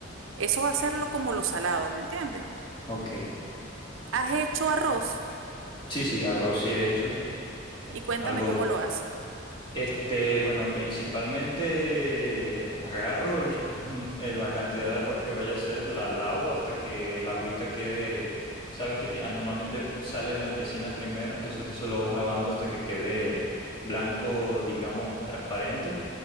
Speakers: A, on the right; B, on the left.
A: Eso va a hacerlo como lo salado, ¿me entiendes?
B: Ok.
A: Has hecho arroz
B: Sí, sí, arroz sí he hecho.
A: y cuéntame
B: Algo,
A: cómo lo haces.
B: este, bueno, principalmente agarro el- <laughs> eh, la cantidad de arroz que vaya a hacer, la lavo hasta que la agüita quede, sabes que ti- ah, normalmente sale blanquecina primero, entonces eso lo vas lavando hasta que quede blanco, digamos, transparente.